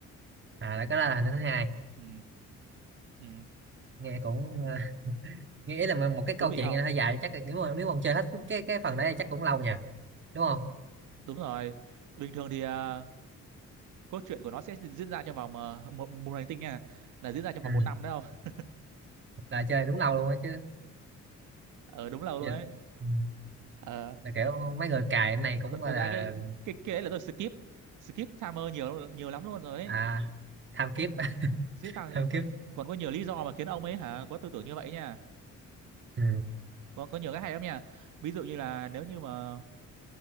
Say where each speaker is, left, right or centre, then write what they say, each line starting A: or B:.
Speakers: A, on the right (about 40°); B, on the right (about 80°).
A: à là cái đó là thứ hai
B: ừ, ừ.
A: nghe cũng ờ, <laughs> nghĩ là một cái câu
B: thú vị
A: chuyện
B: không
A: này hơi dài chắc là nếu mà nếu mà ông chơi hết cái cái phần đấy chắc cũng lâu nha đúng không
B: đúng rồi bình thường thì ờ, cốt truyện của nó sẽ diễn ra trong vòng ờ, một một hành tinh nha là diễn ra trong
A: ừ
B: vòng một năm đấy không
A: là chơi đúng lâu luôn á chứ
B: ờ đúng lâu
A: Vậy
B: luôn đấy
A: là, ừ,
B: ờ
A: là kiểu mấy người cài cái này cũng
B: thật,
A: gọi
B: thật
A: là
B: ra cái cái cái đấy là tôi skip skip timer nhiều nhiều lắm luôn rồi ấy
A: à, tham kiếp <laughs>
B: skip timer
A: tham kiếp
B: còn có nhiều lý do mà khiến ông ấy hả có tư tưởng như vậy nha
A: ừ.
B: có có nhiều cái hay lắm nha ví dụ như là nếu như mà